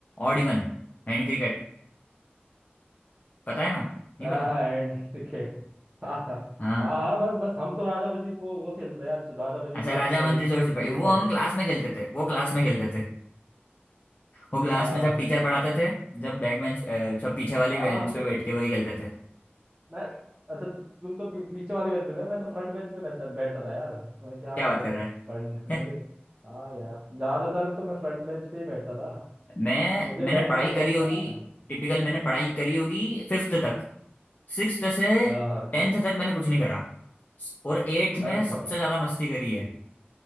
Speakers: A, on the left; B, on the right.
A: ऑड इवन हैंड क्रिकेट पता है ना नहीं
B: हाँ
A: पता
B: हाँ हैंड क्रिकेट हाँ हाँ
A: हाँ,
B: हाँ हाँ, बस बस हम तो राजा बजी वो वो खेलते थे यार राजा बजी
A: अच्छा
B: चोर
A: राजा
B: सिपाही
A: मंत्री चोर सिपाही
B: ये
A: वो
B: सब
A: हम क्लास में खेलते थे वो क्लास में खेलते थे वो क्लास
B: हाँ
A: में जब टीचर पढ़ाते थे जब बैक बेंच अ, सब पीछे वाली
B: हाँ
A: बेंच
B: हम
A: पे
B: तो
A: बैठ के वही खेलते थे
B: मैं अच्छा तु, तुम तो पी, पीछे वाले बेंच में थे मैं तो फ्रंट बेंच में बैठता बैठता था यार मैं क्या
A: क्या
B: करे
A: बात कर रहा
B: पढ़ मैं
A: है
B: तो, हाँ यार ज्यादातर तो मैं फ्रंट बेंच पे ही बैठता था
A: <laughs> मैं
B: मुझे
A: मैंने
B: बैठने
A: पढ़ाई
B: का शौक
A: करी होगी
B: था यार
A: टिपिकल मैंने पढ़ाई करी होगी फिफ्थ तक सिक्स्थ से
B: हाँ हाँ,
A: टेंथ तक मैंने कुछ नहीं करा और एट्थ
B: अच्छा
A: में सबसे ज्यादा मस्ती करी है